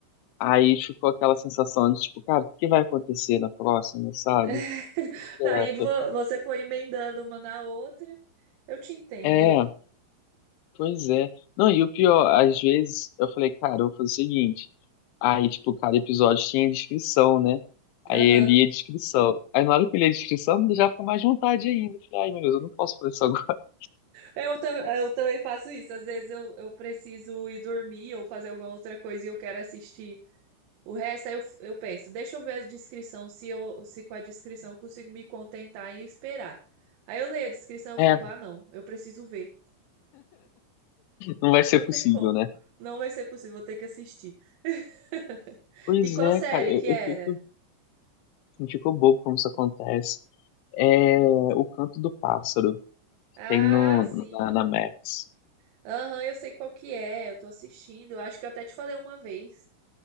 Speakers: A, on the left; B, on the right.
A: Aí ficou aquela sensação de, tipo, cara, o que vai acontecer na próxima, sabe?
B: <laughs>
A: Direto.
B: Aí vo- você foi emendando uma na outra. Eu te entendo.
A: É, pois é. Não, e o pior, às vezes eu falei, cara, eu vou fazer o seguinte. Aí, tipo, cada episódio tinha descrição, né? Aí
B: Aham.
A: eu lia a descrição. Aí na hora que eu li a descrição, me já ficou mais vontade ainda. Eu Falei, ai, meu Deus, eu não posso fazer isso agora. <laughs>
B: Eu, tam- eu também faço isso. Às vezes eu, eu preciso ir dormir ou fazer alguma outra coisa e eu quero assistir. O resto aí eu, eu penso, deixa eu ver a descrição, se eu, se com a descrição eu consigo me contentar e esperar. Aí eu leio a descrição, eu
A: É,
B: fico, ah, não, eu preciso ver.
A: não vai ser
B: Não
A: possível,
B: tem como.
A: né?
B: Não vai ser possível, vou ter que assistir. <laughs>
A: Pois
B: E qual
A: é,
B: série
A: cara, eu,
B: que
A: eu
B: era?
A: fico, eu fico bobo como isso acontece. É o Canto do Pássaro, que
B: Ah,
A: tem no,
B: sim.
A: na, na Max.
B: Aham, eu sei qual que é, eu tô assistindo. Eu acho que eu até te falei uma vez.